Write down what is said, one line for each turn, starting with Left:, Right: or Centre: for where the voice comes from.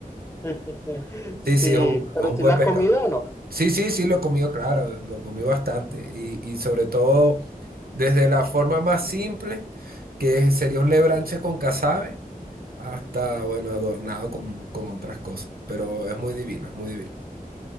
Left: <laughs> Sí,
Right: Sí, sí, es un,
Left: pero
Right: es un
Left: si
Right: buen
Left: lo has
Right: pescado.
Left: comido o no.
Right: Sí, sí, sí, lo he comido, claro, lo comí bastante. Y, y sobre todo desde la forma más simple, que sería un lebranche con casabe, hasta, bueno, adornado con, con otras cosas. Pero es muy divino, es muy divino.